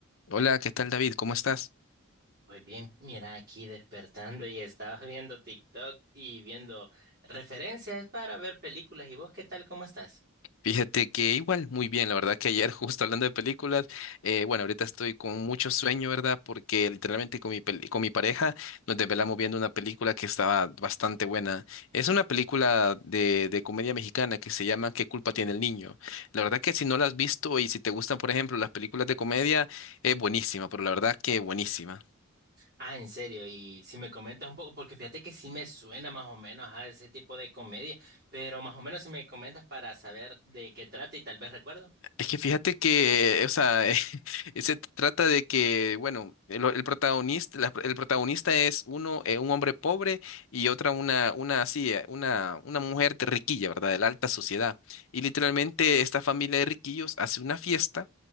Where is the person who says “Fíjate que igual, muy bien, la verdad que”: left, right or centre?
Left